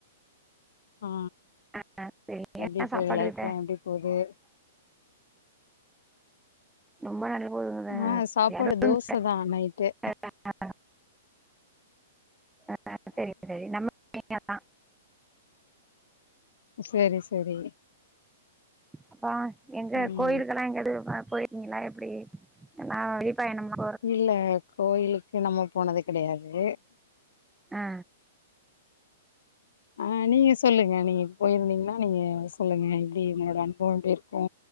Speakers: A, on the left; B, in the centre.
A: ஆ
B: ஆ சரி
A: எப்டி
B: என்ன
A: போது
B: சாப்பாடு
A: லைஃப்லா
B: விட்ட
A: எப்டி போது
B: ரொம்ப நல்ல போதுங்
A: ஆ சாப்பாடு
B: வேற ஒன்னு
A: தோச
B: இல்ல
A: தா நைட்டு
B: <inaudible> அ அ ஆ ஆ சேரி சேரி நம்ம நீங்க தா
A: சேரி சேரி
B: அப்பா எங்க
A: ம்
B: கோயிலுக்கெல்லா எங்கயாது போய் ருக்கீங்ளா எப்டி நா வெளி பயணம்னா
A: இல்ல கோயிலுக்கு நம்ம போனது கெடையாது
B: ஆ
A: ஆ நீங்க சொல்லுங்க நீங்க போய்ருந்தீங்னா நீங்க சொல்லுங்க எப்டி உங்களோட அனுபவோ எப்டி இருக்கு